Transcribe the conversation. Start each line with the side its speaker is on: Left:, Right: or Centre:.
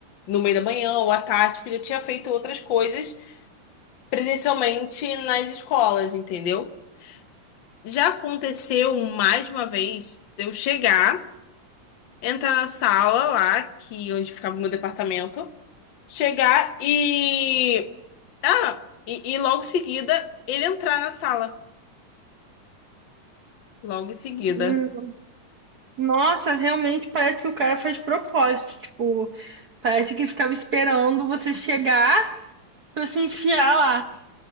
Left: no meio da manhã ou à tarde, porque eu já tinha feito outras coisas presencialmente nas escolas, entendeu? Já aconteceu mais uma vez de eu chegar, entrar na sala lá, que onde ficava o meu departamento. Chegar e. Ah, e, e logo em seguida ele entrar na sala. Logo em seguida.
Right: Uhum. Nossa, realmente parece que o cara faz propósito. Tipo, parece que ficava esperando você chegar. pra se enfiar lá.